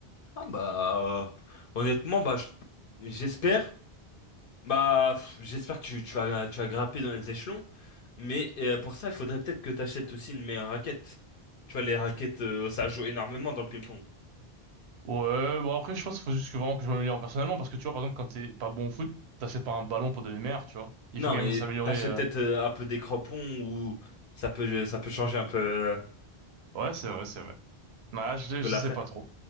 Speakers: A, on the left; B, on the right.
A: Ah bah euh, honnêtement bah je- j'espère bah pff, j'espère que tu, tu vas tu vas grimper dans les échelons, mais euh, pour ça il faudrait peut-être que tu achètes aussi une meilleure raquette. Tu vois les raquettes euh, ça joue énormément dans le ping-pong.
B: Ouais, bon après je pense qu'il faut juste que vraiment que je m'améliore personnellement parce que tu vois par exemple quand t'es pas bon au foot, t'achètes pas un ballon pour devenir meilleur, tu vois. Il
A: Non
B: faut quand
A: mais
B: même s'améliorer.
A: t'achètes
B: euh.
A: peut-être euh, un peu des crampons ou ça peut ça peut changer un peu euh,
B: Ouais, c'est vrai, c'est vrai. Bah, je,
A: un peu
B: je
A: l'affaire.
B: sais pas trop.